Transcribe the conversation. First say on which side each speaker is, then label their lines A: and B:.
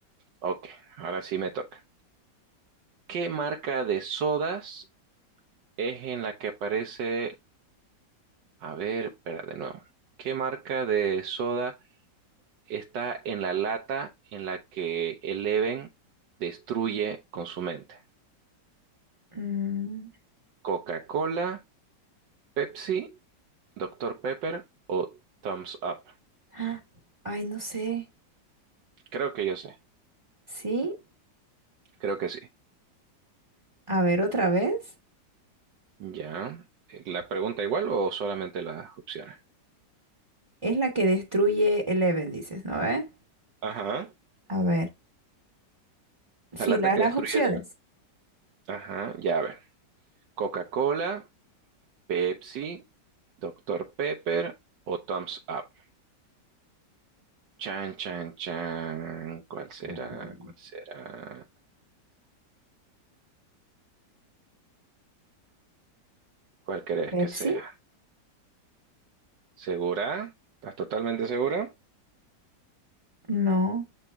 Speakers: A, on the right; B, on the right.
A: Ok, ahora sí me toca. ¿Qué marca de sodas es en la que aparece? A ver, espera de nuevo. ¿Qué marca de soda está en la lata en la que Eleven destruye con su mente?
B: Mm,
A: ¿Coca-Cola, Pepsi, Doctor Pepper o Thumbs Up?
B: ah, Ay, no sé.
A: Creo que yo sé,
B: ¿Sí?
A: creo que sí.
B: A ver, otra vez.
A: Ya. eh, ¿La pregunta igual o solamente las opciones?
B: Es la que destruye Eleven, dices, ¿no ve?
A: Ajá.
B: A ver. Sí,
A: La lata
B: la-
A: que
B: las
A: destruye
B: opciones.
A: Eleven. Ajá, ya a ver. Coca-Cola, Pepsi, Doctor Pepper o Thumbs Up. Chan, chan, chan. ¿Cuál será?
B: Mm,
A: ¿Cuál será? ¿Cuál crees
B: ¿Pepsi?
A: que sea? ¿Segura? ¿Estás totalmente segura?
B: No.